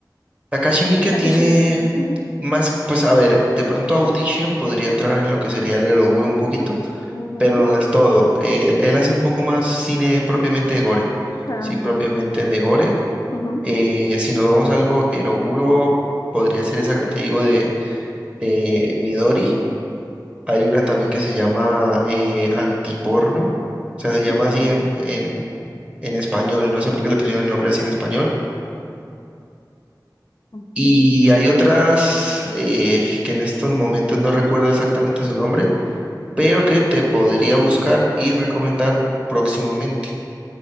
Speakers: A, on the right; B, on the left.
A: Takashi Miike
B: Takeshi
A: tiene
B: Miike. Ujú,
A: más, pues a ver, de pronto Audition podría entrar en lo que sería el Eroguro un poquito,
B: ujú.
A: pero no del todo. Eh, él, él hace un poco más cine propiamente de gore,
B: Ah,
A: sí,
B: ok.
A: propiamente de gore.
B: Ujú,
A: Eh, si nos vamos a algo, Eroguro podría ser esa que te digo de, de Midori. Hay una también que se llama eh, Antiporno, o sea, se llama
B: ujú.
A: así en, en, en español, no sé por qué le pusieron el nombre así en español
B: Ok.
A: Y hay otras eh, que en estos momentos no recuerdo exactamente su nombre, pero que te podría buscar y recomendar próximamente.